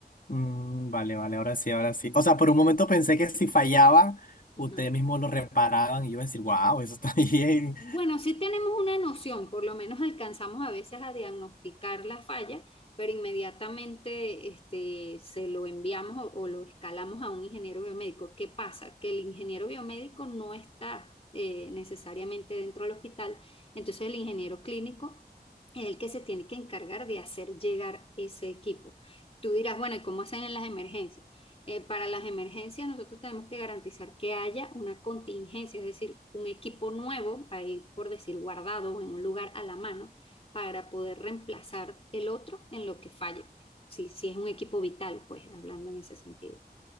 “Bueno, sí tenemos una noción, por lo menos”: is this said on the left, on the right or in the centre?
Left